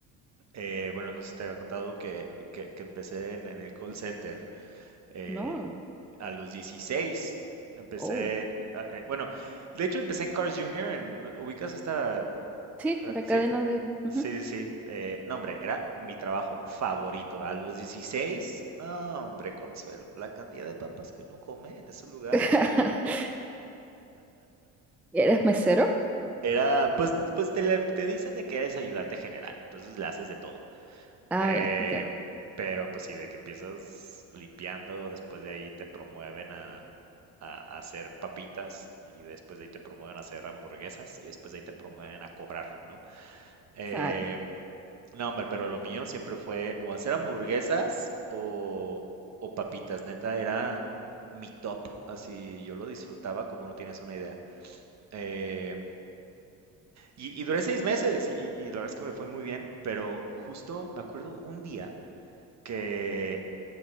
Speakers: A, on the right; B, in the centre.
A: eh, bueno, no sé si te había contado que, que- que empecé en, en el call center. eh,
B: No.
A: a los 16 empecé,
B: Oh.
A: a- eh, bueno, de hecho empecé en Cars Junior, en, ¿no? ubicas esta,
B: Sí,
A: Frank?
B: la cadena
A: sí,
B: de... Ujú.
A: sí, sí, sí, eh, no hombre, era mi trabajo favorito, a los dieciséis no hombre, Consuelo, la cantidad de papas que uno come en ese lugar,
B: <laughs> ¿Y ¿Eres mesero?
A: era, pues, pues te, le- te dicen de que eres ayudante general, entonces le haces de todo.
B: Ah,
A: Eh,
B: ya, entiendo.
A: pero pues sí, de que empiezas limpiando, después de ahí te promueven a, a- a hacer papitas y después de ahí te promueven a hacer hamburguesas y después de ahí te promueven a cobrar, ¿no? Eh,
B: Ah, ya.
A: no, hombre, pero lo mío siempre fue o hacer hamburguesas o, o papitas, neta, era mi top, así yo lo disfrutaba como no tienes una idea. Eh, y, y duré seis meses y, y- y la verdad es que me fue muy bien, pero justo me acuerdo un día que